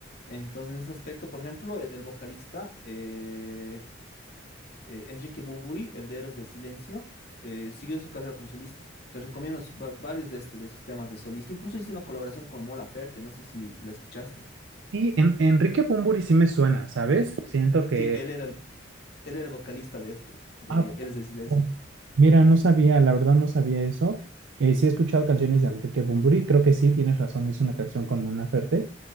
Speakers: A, on the left; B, on the right.
A: Entonces, en ese aspecto, por ejemplo, el, el vocalista eh, eh, Enrique Bunbury, el de Héroes del Silencio, eh, siguió su carrera como solista. Te recomiendo su- va- varios de, este, de sus temas de solista. Incluso hizo una colaboración con Mola Ferte, no sé si la escuchaste.
B: Sí, en, Enrique Bunbury sí me suena, ¿sabes? Siento que...
A: Sí, él era el, él era el vocalista de este, de
B: Ah,
A: Héroes del Silencio.
B: poco. mira, no sabía, la verdad no sabía eso. Eh, sí he escuchado canciones de Enrique Bunbury, creo que sí, tienes razón, hizo una canción con Mona Ferte.